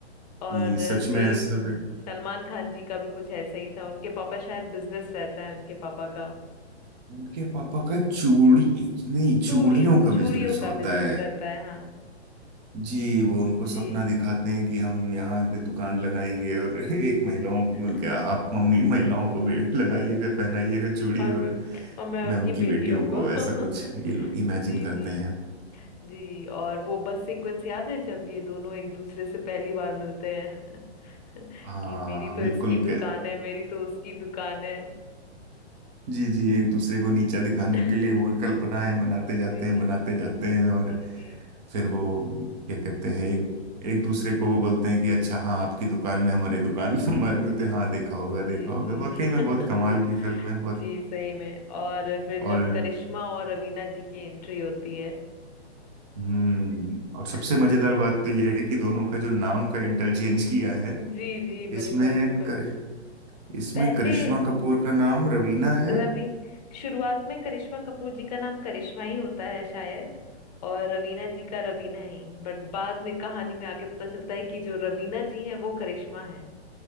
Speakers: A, on the right; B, on the left.
A: कि
B: और
A: सच में
B: सेम
A: सब
B: सलमान खान जी का भी कुछ ऐसा ही था उनके पापा शायद बिजनेस रहता है उनके पापा का
A: उनके पापा का चूड़ी नहीं चूड़ियों
B: चूड़ियों
A: का
B: चूड़ियों
A: बिजनेस होता
B: का बिजनेस
A: है
B: रहता है हाँ
A: जी वो उनको सपना
B: जी
A: दिखाते हैं कि हम यहाँ पे दुकान लगाएंगे और <laughs> एक महिलाओं को-
B: <laughs>
A: क्या आप मम्मी महिलाओं को भी लगाइएगा पहनाइएगा चूड़ी
B: और मैं
A: और
B: और मैं
A: मैं
B: उनकी
A: उनकी
B: बेटियों
A: बेटियों
B: को
A: को ऐसा कुछ
B: <laughs>
A: ये लोग इमेजिन
B: जी
A: करते
B: जी
A: हैं
B: जी और वो बस सीक्वेंस याद है जब ये दोनों एक दूसरे से पहली बार मिलते हैं
A: हाँ
B: <laughs> कि मेरी तो
A: बिल्कुल
B: इसकी दुकान है मेरी तो उसकी दुकान है
A: जी जी एक दूसरे को नीचा दिखाने
B: <laughs>
A: के लिए वो कल्पनाएं बनाते जाते
B: जी
A: हैं बनाते जाते हैं और
B: जी जी
A: फिर वो क्या कहते हैं एक एक दूसरे को वो बोलते हैं कि अच्छा हाँ आपकी दुकान में हमारी दुकान में हमारे बोलते हैं हाँ देखा होगा
B: जी
A: देखा होगा
B: जी
A: वाकई में
B: <laughs>
A: बहुत कमाल की फिल्म है बहुत
B: जी सही में और फिर जब
A: और
B: करिश्मा और रवीना जी की एंट्री होती है
A: हम्म और सबसे
B: <laughs>
A: मजेदार बात तो ये है कि दोनों का जो नाम का इंटरचेंज किया है
B: जी जी
A: इसमें
B: बिल्कुल बिल्कुल
A: कर इसमें
B: पहले
A: करिश्मा कपूर का नाम रवीना है
B: रवि शुरुआत में करिश्मा कपूर जी का नाम करिश्मा ही होता है शायद और रवीना जी का रवीना ही बट बाद में कहानी में आगे पता चलता है कि जो रवीना जी हैं वो करिश्मा हैं